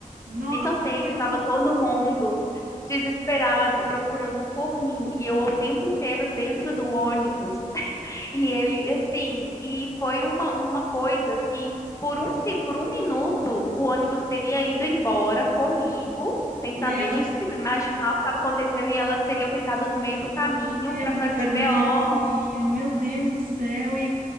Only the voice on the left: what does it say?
E só sei
que
estava todo mundo desesperado procurando por mim e eu o tempo inteiro dentro do ônibus e ele, assim, e foi uma, uma coisa que por um, se- por um minuto o ônibus teria ido embora comigo, sem
saber
nem o que imaginar o que estava acontecendo, e elas teriam ficado no meio do caminho
para fazer
BO,